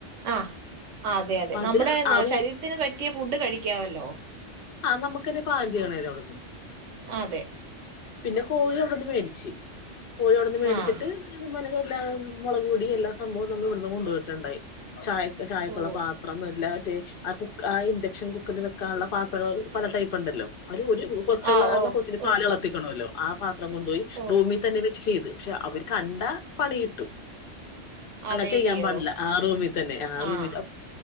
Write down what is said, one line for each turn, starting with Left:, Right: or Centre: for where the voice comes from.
Right: ആഹ് അതെ അതെ
Left: അത്
Right: നമ്മുടെ
Left: അറു
Right: ശരീരത്തിന് പറ്റിയ ഫുഡ് കഴിക്കാവല്ലോ.
Left: ആ നമുക്കന്നെ പാകം ചെയ്യണേല്ലോ അവിടുന്ന്
Right: അതെ.
Left: പിന്നെ കോഴി വന്ന് മേടിച്ചു. പോയി അവിടന്ന് മേടിച്ചിട്ട്
Right: ആഹ്
Left: മേ എല്ലാ മുളക് പൊടി എല്ലാ സംഭവവും നമ്മ ഇവിടുന്ന് കൊണ്ടുപോയിട്ടുണ്ടായി ചായ. ചായക്കുള്ള
Right: ഓ
Left: പാത്രം എല്ലാറ്റി ആ കു ആ ഇൻഡക്ഷൻ കുക്കറിൽ വെക്കാനുള്ള പാത്രങ്ങള്. പല ടൈപ്പ് ഉണ്ടല്ലോ അയില് ഒരു കൊച്ചുള്ള
Right: ആഹ്
Left: കാരണം
Right: ഓ
Left: കൊച്ചിന് പാല്
Right: ഓ
Left: തിളപ്പിക്കണമല്ലോ. ആഹ്. പത്രം കൊണ്ട്പോയി
Right: ഓ
Left: റൂമി തന്നെ വ ചെയ്ത് പക്ഷെ അവര് കണ്ടാ പണി കിട്ടും. അങ്ങനെ
Right: അതേല്ലിയോ
Left: ചെയ്യാൻ പാടില്ല ആ റൂമിൽ തന്നെ ആ റൂമി
Right: ആഹ്